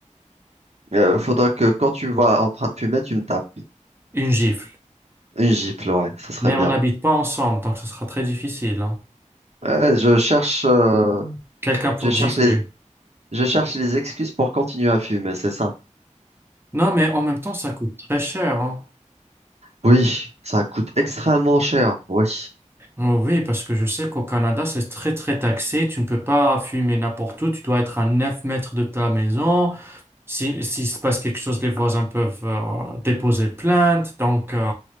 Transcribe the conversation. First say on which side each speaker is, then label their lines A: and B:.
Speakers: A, on the right; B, on the right.
A: Euh, faudra que quand tu vas en train de fumer, tu me tapes
B: Une gifle.
A: une gifle, ouais, ça serait
B: Mais
A: bien.
B: on n'habite pas ensemble, donc ce sera très difficile. hein.
A: Ouais, je cherche, euh,
B: Quelqu'un pour
A: je cherche
B: te gifler.
A: les, je cherche les excuses pour continuer à fumer, c'est ça.
B: Non, mais en même temps, ça coûte très cher, hein.
A: Oui, ça coûte extrêmement cher. Oui,
B: Oh oui, parce que je sais qu'au Canada, c'est très, très taxé. Tu ne peux pas fumer n'importe où. Tu dois être à 9 mètres de ta maison. Si, s'il se passe quelque chose, les voisins peuvent euh, déposer plainte. Donc, euh,